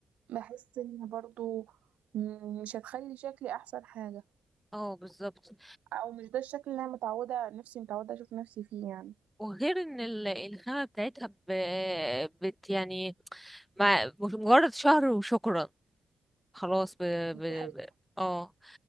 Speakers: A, on the right (about 80°); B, in the centre.
A: بحس ان برضو م- مش هتخلي شكلي احسن حاجة
B: اه بالظبط
A: او مش ده الشكل اللي انا متعودة نفسي متعودة اشوف نفسي فيه يعني
B: وغير ان ال- الخامة بتاعتها ب... بت يعني مع مش مجرد شهر وشكرا خلاص ب...
A: دي
B: ب...
A: حاجة
B: ب... اه